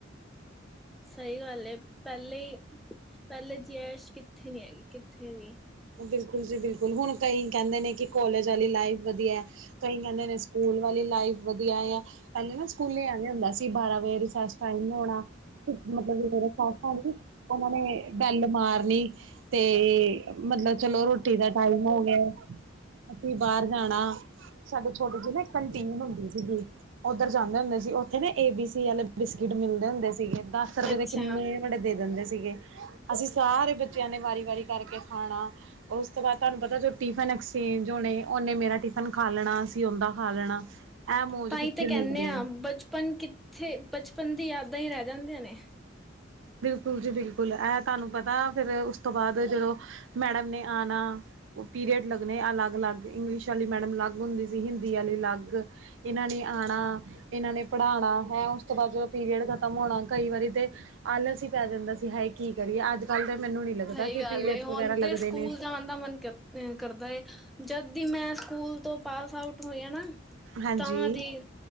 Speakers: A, in the centre; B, on the right.
A: ਸਈ ਗੱਲ ਏ, ਪੇਲੇ ਈ ਪੇਲੇ ਜੀ ਐਸ਼ ਕਿੱਥੇ ਨੀ ਹੈਗੀ, ਕਿੱਥੇ ਵੀ।
B: ਬਿਲਕੁਲ ਜੀ, ਬਿਲਕੁਲ! ਹੁਣ ਕਈ ਕੈਂਦੇ ਨੇ ਕਿ ਕੋਲੇਜ ਆਲੀ ਲਾਈਫ ਵਧੀਆ ਕਈ ਕੈਂਦੇ ਨੇ ਸਕੂਲ ਵਾਲੀ ਲਾਈਫ ਵਧੀਆ ਆ। ਪੈਲੇ ਨਾ ਸਕੂਲੇ ਐਵੇਂ ਹੋਂਦਾ ਸੀ, ਬਾਰਾਂ ਵਜੇ ਰਿਸੈਸ ਟਾਈਮ ਹੋਣਾ। ਮਤਲਬ ਵੀ ਮੇਰੇ ਸੱਸ ਆ ਨਾ, ਓਨਾਂ ਨੇ ਬੈਲ ਮਾਰਨੀ ਤੇ ਮਤਲਬ ਚਲੋ, ਰੋਟੀ ਦਾ ਟਾਈਮ ਹੋ ਗਿਆ, ਅਸੀਂ ਬਾਹਰ ਜਾਣਾ। ਸਾਡੇ ਛੋਟੀ ਜੀ ਨਾ ਇੱਕ ਕੰਟੀਨ ਹੋਂਦੀ ਸੀਗੀ। ਓਧਰ ਜਾਂਦੇ ਹੋਂਦੇ ਸੀ, ਉੱਥੇ ਨਾ ਏ ਬੀ ਸੀ ਅਲੇ ਬਿਸਕਿਟ ਮਿਲਦੇ ਹੁੰਦੇ ਸੀਗੇ, ਏਦਾਂ ਇਕ ਰੱਪੇ
A: ਅੱਛਾ
B: ਦੇ ਕਿੰਨੇ ਵੜੇ ਦੇ ਦਿੰਦੇ ਸੀਗੇ! ਅਸੀਂ ਸਾਰੇ ਬੱਚਿਆਂ ਨੇ ਵਾਰੀ-ਵਾਰੀ ਕਰਕੇ ਖਾਣਾ। ਉਸ ਤੋਂ ਬਾਦ ਤਾਨੂੰ ਪਤਾ, ਜੋ ਟਿਫਨ ਐਕਸਚੇਂਜ ਹੋਣੇ, ਓਨੇ ਮੇਰਾ ਟਿਫਨ ਖਾ ਲੈਣਾ, ਅਸੀਂ ਓਦਾਂ ਖਾ ਲੈਣਾ। ਇਹ ਮੌਜ
A: ਤਾਂ
B: ਕਿੱਥੇ
A: ਈ ਤੇ
B: ਮਿਲਦੀ
A: ਕੈਨੇ ਆਂ,
B: ਹੈ
A: ਬਚਪਨ ਕਿੱਥੇ, ਬਚਪਨ ਦੀ ਯਾਦਾਂ ਈ ਰੇਹ ਜਾਂਦੀਆਂ ਨੇ!
B: ਬਿਲਕੁਲ ਜੀ, ਬਿਲਕੁਲ! ਐ ਤਾਨੂੰ ਪਤਾ, ਫੇਰ ਉਸ ਤੋਂ ਬਾਦ ਜਦੋਂ ਮੈਡਮ ਨੇ ਆਣਾ ਪੀਰੀਅਡ ਲੱਗਣੇ ਅਲੱਗ-ਅਲੱਗ ਇੰਗਲਿਸ਼ ਆਲੀ ਮੈਡਮ ਅਲੱਗ ਹੁੰਦੀ ਸੀ, ਹਿੰਦੀ ਆਲੀ ਅਲੱਗ। ਇਨਾਂ ਨੇ ਆਣਾ। ਏਨਾਂ ਨੇ ਪੜ੍ਹਾਣਾ ਹੈ, ਉਸ ਤੋਂ ਬਾਦ ਜਦੋਂ ਪੀਰੀਅਡ ਖਤਮ ਹੋਣਾ, ਕਈ ਵਾਰੀ ਤੇ ਆਲਸ ਈ ਪੈ ਜਾਂਦਾ ਸੀ, ਹਾਏ ਕੀ ਕਰੀਏ ਅੱਜ ਕੱਲ੍ਹ ਤੇ ਮੈਨੂੰ ਨੀ ਲੱਗਦਾ
A: ਸਈ
B: ਕਿ
A: ਗੱਲ
B: ਪੀਰੀਅਡ
A: ਐ, ਹੁਣ
B: ਵਗੈਰਾ ਲੱਗਦੇ
A: ਤੇ ਸਕੂਲ
B: ਨੇ
A: ਜਾਣ ਦਾ ਮਨ ਕਰ ਤੇ ਕਰਦਾ ਏ, ਜਦ ਦੀ ਮੈਂ ਸਕੂਲ ਤੋਂ ਪਾਸ ਆਊਟ ਹੋਈ ਆਂ ਨਾ
B: ਹਾਂਜੀ
A: ਤਾਂ ਦੀ,